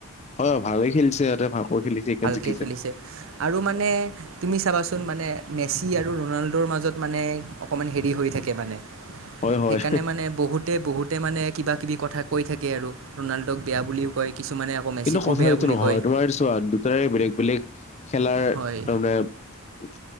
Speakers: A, on the left; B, on the right.
A: হয় ভালে খেলিছে ইহঁতে ভালকৈ খেলিছে সেইকাৰণে জি
B: কে খেলিছে আৰু মানে তুমি চাবাচোন মানে মেচি আৰু ৰনাল্ডৰ মাজত মানে অকণমান হেৰি হৈ থাকে মানে
A: হয় হয়
B: সেইকাৰণে মানে বহুতে বহুতে মানে কিবা কিবি কথা কৈ থাকে আৰু ৰনাল্ডোক বেয়া বুলিও কয় কিছুমানে আকৌ মেচিকো
A: কিন্তু কথা
B: বেয়া
A: এইটো
B: বুলি
A: নহয়
B: কয়
A: তোমাৰছোৱা দুটাই বেলেগ বেলেগ খেলাৰ
B: হয়
A: তাৰমানে